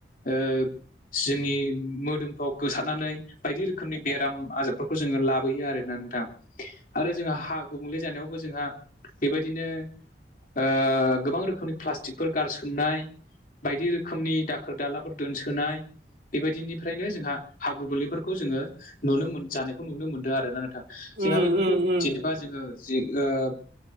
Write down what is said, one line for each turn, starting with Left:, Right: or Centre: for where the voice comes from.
Left: ओ जोंनि मोदोम। गोसारनानै बायदि रोखोमनि बेराम आजारफोरखौ जोङो लाबोयो आरो नोंथां आरो जोंहा हा गुबुंले जानायावबो जोंहा बेबायदिनो ओ गोबां रोखोमनि प्लास्टिकफोर गारसोमनाय। बायदि रोखोमनि दाखोर दालाफोर दोनसोनाय बेबायदिनिफ्रायनो जोंहा हा गुबुंलेफोरखौ जोङो नुनो मोन जानायखौ नुनो मोनदों आरोना नोंथां जोंहा
Right: उम
Left: बेफोरखौ
Right: उम उम
Left: जेनेबा जोङो जे ओं।